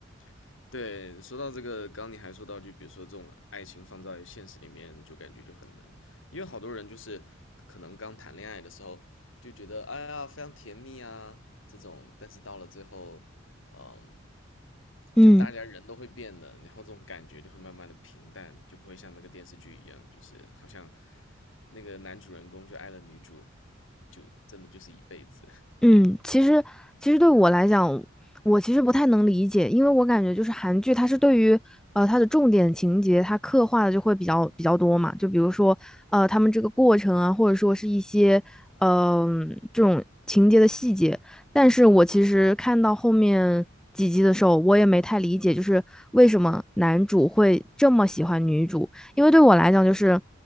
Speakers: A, on the left; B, in the centre.
A: <laughs> 对，说到这个，刚刚你还说到，就比如说这种爱情放在现实里面，就感觉就很难，因为好多人就是可能刚谈恋爱的时候就觉得，哎呀，非常甜蜜啊这种，但是到了最后，嗯，
B: 嗯。
A: 就大家人都会变的，然后这种感觉就会慢慢的平淡，就不会像那个电视剧一样，就是好像那个男主人公就爱了女主，就真的就是一辈子。
B: 嗯，其实其实对我来讲，我其实不太能理解，因为我感觉就是韩剧，它是对于呃它的重点情节，它刻画的就会比较比较多嘛，就比如说呃他们这个过程啊，或者说是一些嗯、这种情节的细节。但是我其实看到后面几集的时候，我也没太理解，就是为什么男主会这么喜欢女主。因为对我来讲，就是